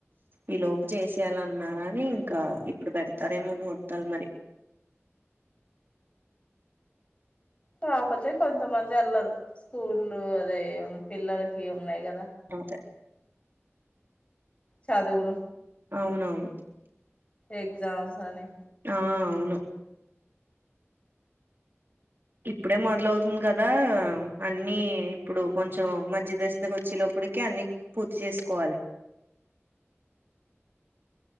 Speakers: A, on the right; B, on the left.
A: ఈ లోపు చేసేయాలన్నారా అని ఇంకా ఇప్పుడు పెడతారేమోని ముహుర్తాలు మరి
B: కాపోతే కొంతమంది వెళ్లరు స్కూళ్లు అదే పిల్లలకి ఉన్నాయి కదా
A: అంతె
B: చదువులు
A: అవునవును
B: ఎగ్జామ్స్ అని
A: ఆ అవును ఇప్పుడే మొదలవుతుంది కదా అన్నీ ఇప్పుడు కొంచెం మధ్య దశ లోకి వచ్చే లో ఇప్పుడికే అన్ని పూర్తి చేసుకోవాలి